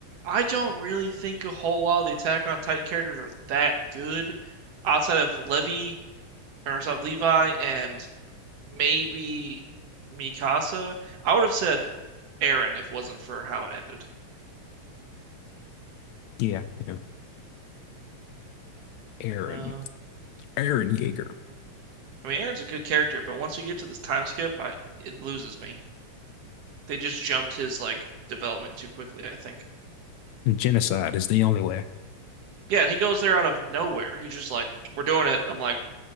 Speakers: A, on the right (about 65°); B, on the left (about 80°).
A: I don't really think a whole lot of the Attack on Titan characters are that good outside of Levi or outside of Levi and maybe Mikasa. I would have said Aaron if it wasn't for how it ended.
B: Yeah, yeah. Aaron.
A: Uh,
B: Aaron Yeager.
A: I mean, Aaron's a good character, but once you get to this time skip, I it loses me. They just jumped his like development too quickly, I think.
B: Genocide is the only way.
A: Yeah, and he goes there out of nowhere. He's just like, "We're doing it." I'm like,